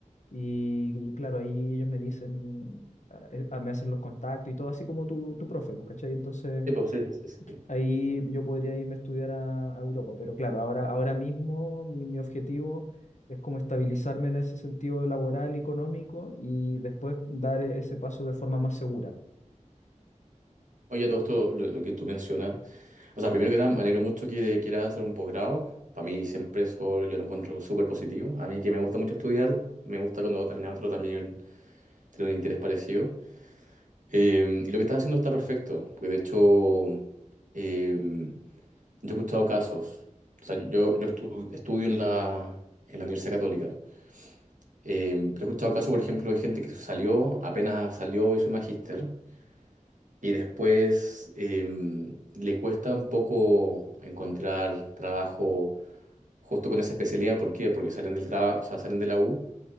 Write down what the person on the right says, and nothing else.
Sí, pues, sí, sí, sí, sí.
Oye, a todo esto, lo, lo que tú mencionas, O sea, primero que nada, me alegro mucho que quieras hacer un posgrado. Para mí siempre eso yo lo encuentro súper positivo. A mí que me gusta mucho estudiar, me gusta cuando también a otro también tiene un interés parecido. Eh, y lo que estás haciendo está perfecto, porque de hecho eh, yo he escuchado casos, o sea, yo, yo estu- estudio en la, en la Universidad Católica, Eh, pero he escuchado casos, por ejemplo, de gente que salió, apenas salió, hizo magíster, y después eh, le cuesta un poco encontrar trabajo justo con esa especialidad, ¿por qué? Porque salen del trabajo, o sea, salen de la U